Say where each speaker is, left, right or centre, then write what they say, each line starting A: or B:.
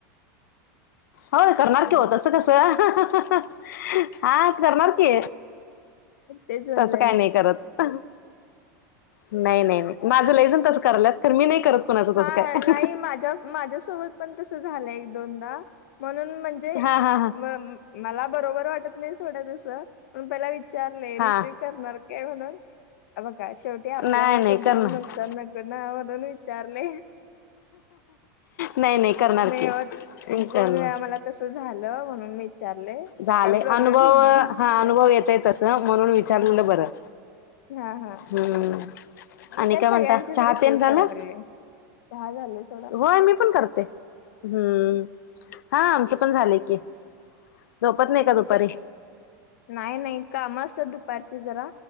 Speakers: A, on the left; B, on the left.
A: होय करणार
B: हॅलो
A: की हो तसं कसं? हा करणार की.
B: तेच म्हणलं
A: तस काय नाही करत, अहं. नाही नाही नाही, माझं लईजण कराल्यात तर मी नाही करत. कुणाचं
B: हा
A: तसं काय
B: हा नाही माझ्या. माझ्यासोबत पण तस झालं एक दोनदा म्हणून म्हणजे
A: हा हा हा
B: मग मला बरोबर वाटत नाही सोडा तसं पण पहिला विचारले
A: हा
B: रिसिव्ह करणार का म्हणून, हे बघा शेवटी आपल्या
A: नाही
B: मुले
A: नाही
B: त्यांचं
A: करणार
B: पण नुकसान नको ना म्हणून वीचारले,
A: नाही नाही करणार
B: नई
A: की
B: ओ एक
A: करणार
B: दोन वेळा मला तस झालं म्हणून मी विचारले
A: झाले,
B: काय प्रॉब्लेम
A: अनुभव
B: नाही
A: हा अनुभव येतय तसं म्हणून विचारलेलं
B: हा
A: बरं.
B: हा हा
A: हम्म
B: मी
A: आणि
B: काय सगळ्यांचेच
A: म्हणता चहा
B: रिसीव
A: तेन झालं
B: कराय लागले, दहा झाले असतील.
A: होय मी पण करते, हम्म हा आमचं पण झालंय की. झोपत नाही का दुपारी?
B: कुठे नाही नाही काम असतात दुपारची जरा